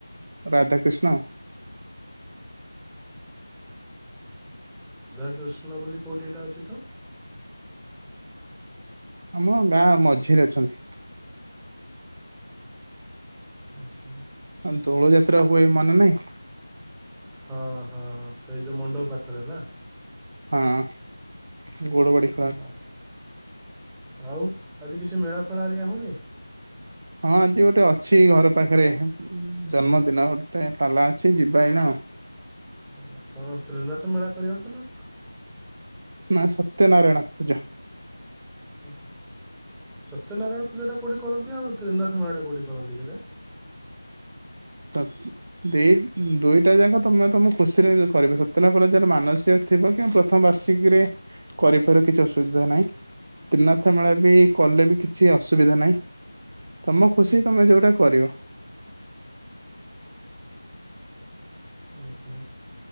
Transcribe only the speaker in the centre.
ରାଧାକୃଷ୍ଣ ବୋଲି କୋଉଠି ଏଟା ଅଛି ତ?
ଉଁ ହୁଁ।
ହଁ ହଁ ହଁ ସେଇ ଯୋଉ ମଣ୍ଡପ ପାଖରେ ନା?
ହଁ ଆଉ ଆଜି କିଛି ମେଳା ଫେଳା ହେରିଆ ହଉନି?
ହଁ କଣ ତ୍ରିନାଥ ମେଳା କରିୟନ୍ତି ନାଁ କଣ?
ଓ ହୋ ସତ୍ୟନାରାୟଣ ପୂଜାଟା କୋଉଁଠି କରନ୍ତି ଆଉ ତ୍ରିନାଥ ମେଳାଟା କୋଉଁଠି କରନ୍ତି କିରେ?
ଉଁ ହୁଁ।